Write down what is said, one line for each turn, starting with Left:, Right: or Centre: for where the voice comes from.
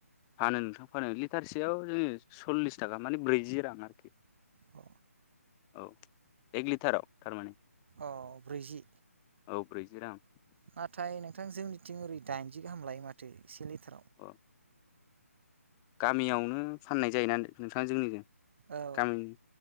Left: फानो नोंथां फानो लिटारसेयाव जोङो सल्लिस थाखा मानि ब्रैजि रां आरोखि
Right: औ
Left: औ एक लिटाराव थारमाने,
Right: औ ब्रैजि
Left: औ ब्रैजि रां
Right: नाथाय नोंथां जोंनिथिं ओरै दाइनजि गाहाम लायो माथो से सिलिथार,
Left: औ गामियावनो फाननाय जायोना नोंथाङा जोंनिजों
Right: औ
Left: गामिनि